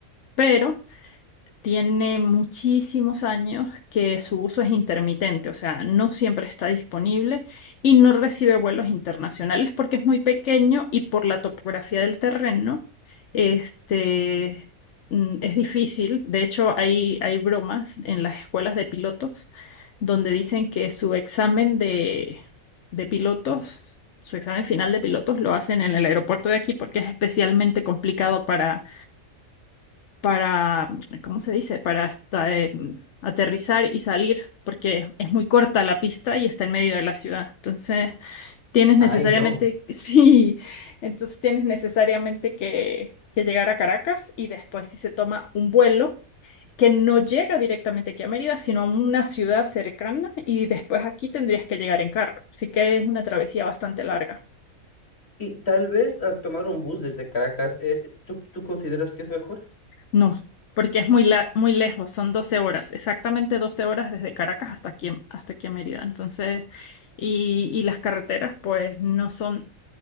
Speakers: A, on the left; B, on the left.
A: pero tiene muchísimos años que su uso es intermitente, o sea, no siempre está disponible y no recibe vuelos internacionales porque es muy pequeño y por la topografía del terreno, este, mm, es difícil. De hecho, hay, hay bromas en las escuelas de pilotos donde dicen que su examen de, de pilotos, su examen final de pilotos lo hacen en el aeropuerto de aquí porque es especialmente complicado para para, ¿cómo se dice? Para hasta, eh, aterrizar y salir, porque es muy corta la pista y está en medio de la ciudad. Entonces, tienes necesariamente,
B: Ay, no.
A: <laughs> sí, entonces tienes necesariamente que, que llegar a Caracas y después si se toma un vuelo que no llega directamente aquí a Mérida, sino a una ciudad cercana y después aquí tendrías que llegar en carro. Así que es una travesía bastante larga.
B: Y tal vez a tomar un bus desde Caracas, eh, ¿tú, tú consideras que es mejor?
A: No, porque es muy, la- muy lejos, son 12 horas, exactamente 12 horas desde Caracas hasta aquí, hasta aquí a Mérida. Entonces, y, y las carreteras pues no son